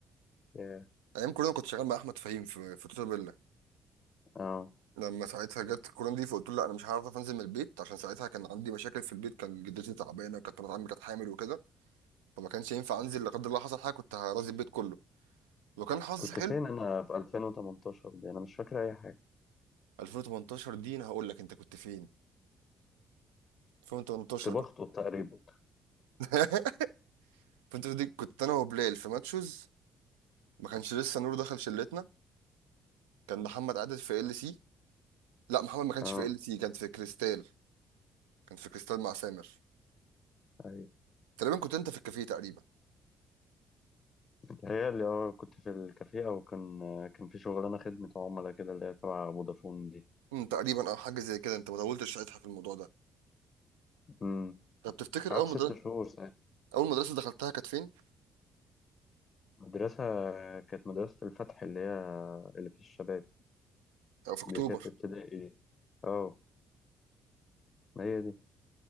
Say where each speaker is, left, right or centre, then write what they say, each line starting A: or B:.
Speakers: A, on the left (about 40°); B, on the right (about 75°).
A: ياه.
B: ايام كورونا كنت شغال مع احمد فهيم في في توتا بيلا
A: اه
B: لما ساعتها جت كورونا دي فقلت له لا انا مش هعرف انزل من البيت عشان ساعتها كان عندي مشاكل في البيت كان جدتي تعبانه وكانت مرات عمي كانت حامل وكده فما كانش ينفع انزل لا قدر الله حصل حاجه كنت هرازي البيت كله لو كان حظي
A: كنت
B: حلو
A: فين انا في 2018 دي انا مش فاكر اي حاجة
B: 2018 دي انا هقول لك انت كنت فين 2018
A: كنت بخطب
B: كنت
A: تقريبا
B: <laughs> 2018 دي كنت انا وبلال في ماتشوز ما كانش لسه نور دخل شلتنا كان محمد قاعد في ال سي لا محمد ما كانش
A: اه
B: في ال سي كان في كريستال كان في كريستال مع سامر
A: ايوه
B: تقريبا كنت انت في الكافيه تقريبا
A: هي اللي هو كنت في الكافيه او كان كان في شغلانه خدمه عملاء كده اللي هي تبع فودافون دي
B: امم تقريبا او حاجه زي كده انت ما طولتش ساعتها في الموضوع ده
A: امم
B: طب تفتكر
A: قعدت
B: اول
A: ست
B: مدرسه
A: شهور ساعتها
B: اول مدرسه دخلتها كانت فين
A: المدرسه كانت مدرسه الفتح اللي هي اللي في الشباب
B: او في اكتوبر
A: دي كانت ابتدائي اه ما هي دي